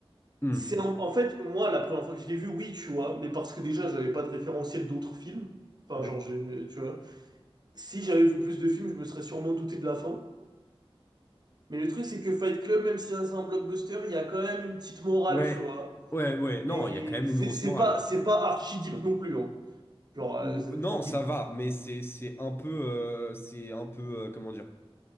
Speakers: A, on the left (about 25°); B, on the right (about 45°).
A: Mm.
B: c'est en, en fait moi la première fois que je l'ai vu, oui, tu vois, mais parce que déjà, j'avais pas de référentiel d'autres films. Enfin,
A: Ouais.
B: genre, j'ai- tu vois, si j'avais vu plus de films, je me serais sûrement douté de la fin. Mais le truc, c'est que Fight Club, même si c'est un blockbuster, il y a quand même une petite morale,
A: Ouais,
B: tu vois.
A: ouais, ouais,
B: Mais
A: non, il y a quand même
B: c'est
A: une grosse
B: c'est
A: morale.
B: pas, c'est pas archi deep non plus. Hein. Genre, euh,
A: Ou,
B: c'est
A: non,
B: tranquille.
A: ça va, mais c'est c'est un peu, euh, c'est un peu, euh, comment dire,